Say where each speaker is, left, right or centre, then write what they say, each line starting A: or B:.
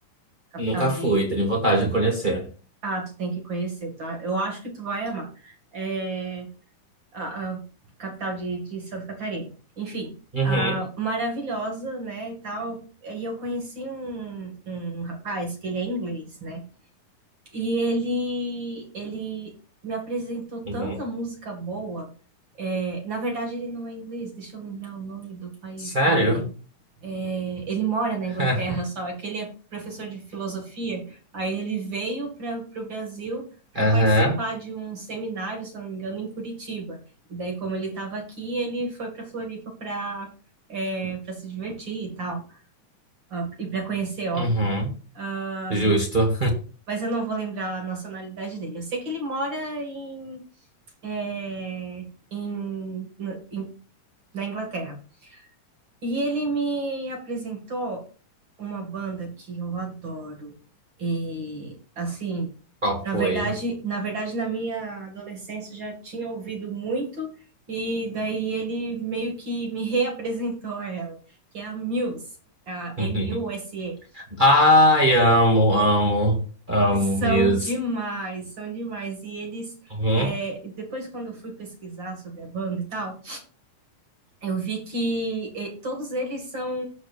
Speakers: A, on the right; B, on the right.
A: capital
B: Nunca
A: de.
B: fui, tenho vontade
A: ca-
B: de conhecer.
A: Ah, tu tem que conhecer, tá? Eu acho que tu vai amar. É a, a capital de, de Santa Catarina. Enfim,
B: Uhum,
A: ah, maravilhosa, né, e tal. E eu conheci um, um rapaz que ele é inglês, né? E ele, ele me apresentou tanta
B: uhum.
A: música boa. É, na verdade, ele não é inglês, deixa eu lembrar o nome do país
B: Sério?
A: dele. É, ele mora na
B: <laughs>
A: Inglaterra só, é que ele é professor de filosofia. Aí ele veio para o Brasil
B: Aham,
A: para participar de um seminário, se eu não me engano, em Curitiba. E daí, como ele estava aqui, ele foi para Floripa para para se divertir e tal, ah, e para conhecer, óbvio.
B: uhum.
A: Ah,
B: Justo.
A: mas eu não vou lembrar a nacionalidade dele. Eu sei que ele mora em, é, em- no- em- na Inglaterra. E ele me apresentou uma banda que eu adoro. E assim,
B: <laughs> Qual
A: na
B: foi?
A: verdade, na verdade, na minha adolescência eu já tinha ouvido muito, e daí ele meio que me <laughs> reapresentou a ela, que é a Muse, a
B: <laughs>
A: M-U-S-E.
B: Ai, amo, amo, amo
A: São
B: Muse.
A: demais, são demais. E eles,
B: Uhum.
A: é, depois, quando eu fui pesquisar sobre a banda e tal, eu vi que é, todos eles são,